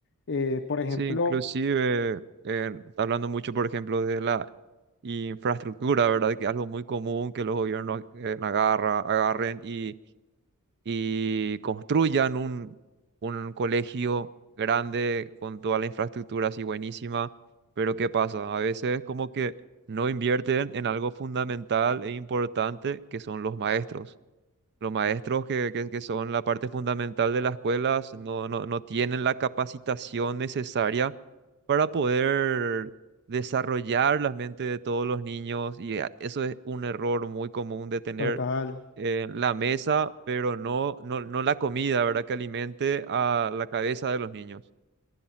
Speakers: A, on the left; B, on the right.
A: Eh, por ejemplo,
B: Sí, inclusive, eh, hablando mucho, por ejemplo, de la infraestructura, ¿verdad? Que es algo muy común que los gobiernos eh, agarra, agarren y, y construyan un, un colegio grande con toda la infraestructura así buenísima, pero ¿qué pasa? A veces como que no invierten en algo fundamental e importante que son los maestros. Los maestros que, que- que son la parte fundamental de las escuelas no, no, no tienen la capacitación necesaria para poder desarrollar la mente de todos los niños y eh, eso es un error muy común de tener
A: Total,
B: eh, la mesa, pero no, no, no la comida, ¿verdad? Que alimente a la cabeza de los niños.